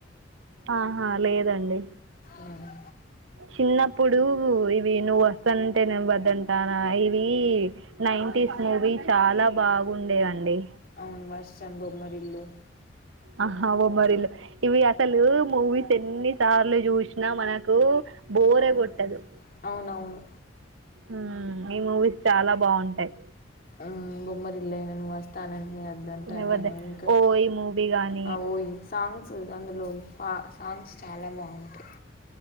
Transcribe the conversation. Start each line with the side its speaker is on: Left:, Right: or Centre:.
Right: ఆహా లేదండి.
Left: ఉమ్
Right: చిన్నప్పుడు ఇవి నువ్వు వస్తాంటే నేను వద్దంటానా ఇవి నైన్ంటిస్
Left: ఉమ్.
Right: మూవీ చాలా బా బాగుండే అండి
Left: అవును వర్షం బొమ్మరిల్లు
Right: ఆహా బొమ్మరిల్లు ఇవి అసలు మూవీస్ ఎన్ని సార్లు చూశినా మనకు బోరే
Left: అవును
Right: కొట్టదు
Left: అవునవును
Right: ఉ ఈ మూవీస్ చాలా బాగుంటాయి
Left: ఆ బొమ్మరిల్లు అయిన నువ్వు వస్త్ తన వద్దంటే
Right: తినవద్ద
Left: నేనే ఇంకా
Right: ఓ ఈ మూవీ కానీ
Left: ఆ ఓయ్ సాంగ్స్ అందులో పా అమ్స్ చాలా బాగుంటాయి